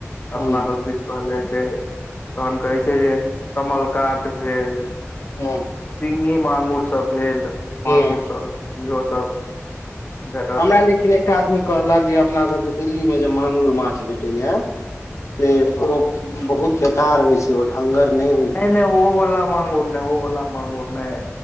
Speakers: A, on the left; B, on the left.
A: अपना
B: हूँ
A: सब दिश कहल जाए छै तहन कहै छै जे कमल काट भेल।
B: हां।
A: सिहीं मांगुर सब भेल,
B: हूँ
A: मांगुर सब इहो सब। भेटत
B: हमरा लेकिन एक टा आदमी कहलक जे अपना सबके दिल्ली मे जे मांगुर माछ भेटय यै से
A: हँ
B: ओ बहुत बेकार होय छै। जे ओ ढंगर नै
A: नै-नै ओ बला मांगुर नै, ओ बला मांगुर नै